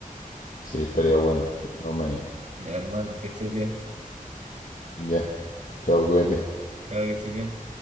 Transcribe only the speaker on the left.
Sí, estaría bueno, de todas maneras.
Ya, chao, cuídate.